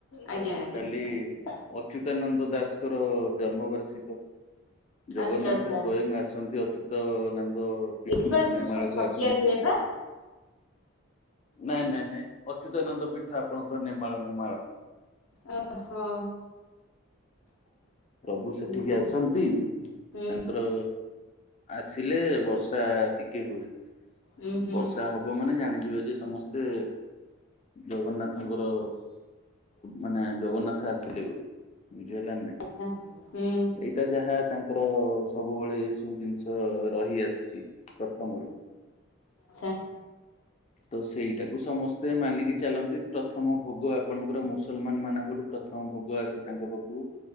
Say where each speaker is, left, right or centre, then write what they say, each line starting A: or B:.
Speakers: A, on the left; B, on the left.
A: ଆଜ୍ଞା, ଆଜ୍ଞା।
B: କାଲି ଅଚ୍ୟୁତାନନ୍ଦ ଦାସଙ୍କର ଜନ୍ମ ବାର୍ଷିକ। ଜଗନ୍ନାଥ
A: ଆଚ୍ଛା ଆଚ୍ଛା
B: ସ୍ଵୟଂ ଆସନ୍ତି ଅଚ୍ୟୁତ ନନ୍ଦ ପୀଠକୁ,
A: ଏଠି ବା
B: ନେମାଳକୁ
A: ଛ ଛତିଆରେ
B: ଆସନ୍ତି।
A: ହୁଏ ପା।
B: ନାଇଁ, ନାଇଁ, ନାଇଁ, ଅଚ୍ୟୁତାନନ୍ଦ ପୀଠ ଆପଣଙ୍କର ନେମାଳ, ନେମାଳ।
A: ଓ ହଁ।
B: ପ୍ରଭୁ
A: ହୁଁ
B: ସେଠିକି
A: ହୁଁ
B: ଆସନ୍ତି
A: ହୁଁ
B: ତାଙ୍କର ଆସିଲେ, ବର୍ଷା ଟିକେ ହୁଏ।
A: ହୁଁ ହୁଁ।
B: ବର୍ଷା ହବ ମାନେ ଜାଣିଯିବେ ଯେ ସମସ୍ତେ ଜଗନ୍ନାଥଙ୍କର ମାନେ ଜଗନ୍ନାଥ ଆସିଲେ ବୋଲି। ବୁଝି ହେଲା ନା ନାଇଁ?
A: ହଁ, ହୁଁ।
B: ଏଇଟା ଯାହା ତାଙ୍କର ସବୁବେଳେ ଏଇ ସବୁ ଜିନିଷ ଷ ରହି ଆସିଛି, ପ୍ରଥମରୁ।
A: ହଁ।
B: ତ ସେଇଟାକୁ ସମସ୍ତେ ମାନିକି ଚାଲନ୍ତି। ପ୍ରଥମ ଭୋଗ ଆପଣଙ୍କର ମୁସଲମାନମାନଙ୍କଠୁ ପ୍ର ଥମ ଭୋଗ ଆସେ ତାଙ୍କ ପାଖକୁ।